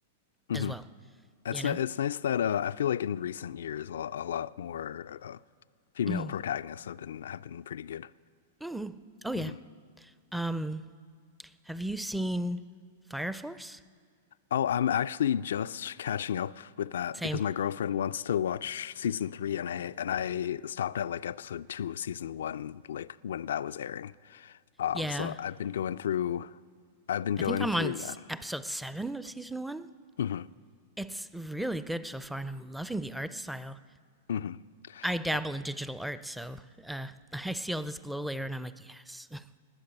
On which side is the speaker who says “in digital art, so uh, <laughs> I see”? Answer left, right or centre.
Centre